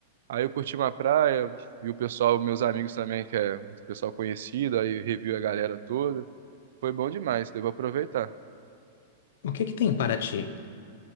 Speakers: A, on the right (about 75°); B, on the left (about 70°).
A: Aí eu curti uma praia, vi o pessoal, meus amigos também, que é um pessoal conhecido, aí revi a galera toda. Foi bom demais, devo aproveitar.
B: O que que tem em Paraty?